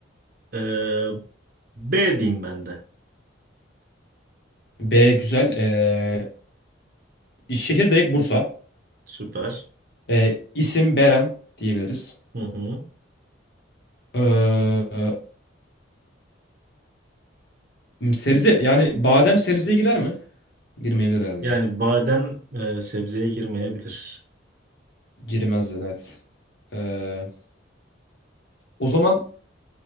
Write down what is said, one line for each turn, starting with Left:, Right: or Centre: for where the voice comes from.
Right: E, B diyeyim ben de.
Left: B güzel. Ee, şehir direkt Bursa.
Right: Süper.
Left: Ee, isim Beren diyebiliriz.
Right: Hı hı.
Left: Ee, sebze yani badem sebzeye girer mi? Girmeyebilir herhalde
Right: Yani
Left: ya.
Right: badem e, sebzeye girmeyebilir.
Left: Girmez de evet. Ee, o zaman